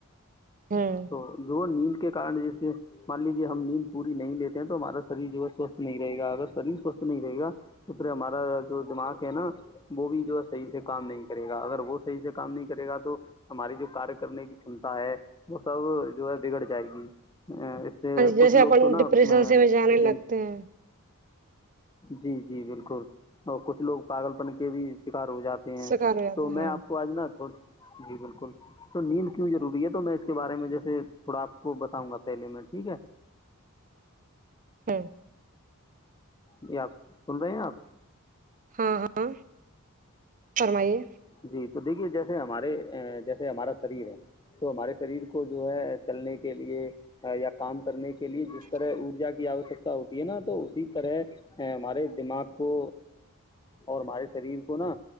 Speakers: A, on the right; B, on the left.
A: ہوں
B: تو جو نیند کے کار جیسے مان لیجیے ہم نیند پوری نہیں لیتے ہیں تو ہمارا شریر جو ہے سوستھ نہیں رہے گا اگر شریر سوستھ نہیں رہے گا کبری مر جوم آکے ن وہ بھی جو ہے صحیح سے کام نہیں کرے گا اگر وہ صحیح سے کام نہیں کرے گا تو ہماری جو کار کرنے کی چمتا ہے وہ سب جو ہے بگڑ جائے گی ا
A: جیسے
B: کچھ لوگ
A: اپن
B: تو نا
A: ڈپریشن
B: اس میں
A: سے بھی جانے
B: بن
A: لگتے ہیں
B: جی جی بالکل اور کچھ لوگ پاگل پن کے بھی شکار ہو جاتے
A: سکار ہو جاتے
B: تو
A: ہیں
B: میں آپ کو آج ناو جی بالکل تو نیند کیوں ج روبی ہے تو میں کے بارے میں جیسے تھوڑا آپ کو بتاؤںا پہلے میں ٹھیک ہے
A: ہاں
B: جی آپ سن رہے ہیں آپ
A: ہاں ہاں فرمائیے
B: جی تو دیکھیے جیسے ہمارے جیسے ہمارا شریر ہے تو ہمارے شریر کو جو ہے چلنے کے لیے یا کام کرنے کے لیے جس طرح ارجا کی آوشکتا ہوتی ہے نا تو اسی طرح ہمارے دماغ کو اور ہمارے شریر کو نا